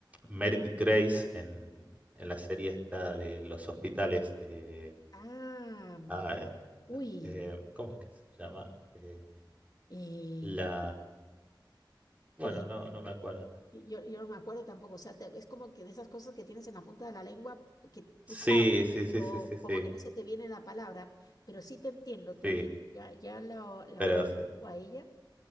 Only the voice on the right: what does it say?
Meredith Grace en, en la serie esta de los hospitales. eh,
ah, eh,
eh, ¿cómo es que se llama? Eh,
la... Bueno,
no, no me acuerdo.
Sí,
sí,
sí, sí, sí, sí,
sí,
pero
sí.